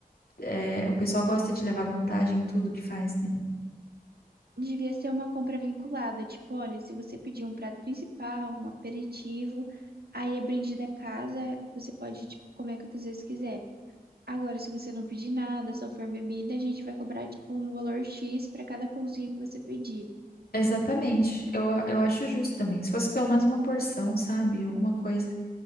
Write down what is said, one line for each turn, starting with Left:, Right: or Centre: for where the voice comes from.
Left: é, o pessoal gosta de levar vantagem em tudo que faz, né?
Right: Devia ser uma compra vinculada, tipo, olha, se você pedir um prato principal, um aperitivo, aí é brinde da casa, você pode, tipo, comer quantas vezes quiser. Agora, se você não pedir nada, só for bebida, a gente vai cobrar tipo um valor X pra cada pãozinho que você pedir.
Left: Exatamente. Eu, a- eu acho justo também. Se fosse pelo menos uma porção, sabe? Alguma coisa.